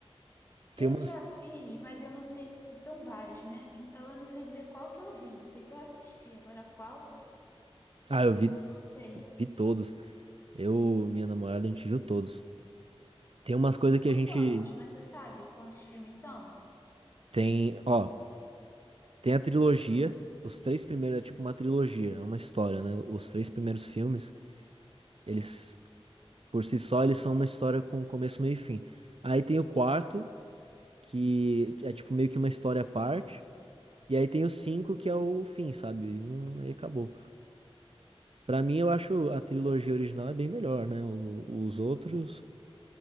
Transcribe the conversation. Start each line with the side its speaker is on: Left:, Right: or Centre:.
Right: Tem
Left: Eu
Right: umas.
Left: já vi, mas eu não sei, são vários, né? Então eu não sei dizer qual que eu vi. Eu sei que eu assisti, agora qual,
Right: Ah, eu vi,
Left: eu não sei.
Right: vi todos. Eu, minha namorada, a gente viu todos. Tem umas coisas que
Left: São
Right: a gente
Left: quantos? Você sabe quantos filmes são?
Right: tem, ó, tem a trilogia. Os três primeiros é tipo uma trilogia, é uma história, né? Os três primeiros filmes, eles, por si só, eles são uma história com começo, meio e fim. Aí tem o quarto, que é tipo meio que uma história à parte. E aí tem o 5 que é o fim, sabe? Não, aí acabou. Pra mim, eu acho a trilogia original é bem melhor, né? O- os outros.